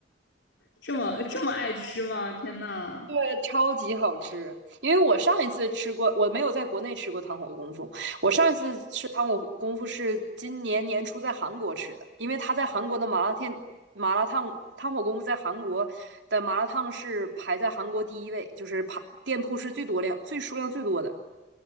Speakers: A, on the left; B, on the right.
A: 这么这么爱吃吗？天呐，
B: 对，超级好吃。因为我上一次吃过，我没有在国内吃过糖火功夫。我上一次吃糖火功夫是今年年初在韩国吃的，因为他在韩国的麻辣天麻辣烫汤火功夫在韩国的麻辣烫是排在韩国第一位，就是排店铺是最多量、最数量最多的。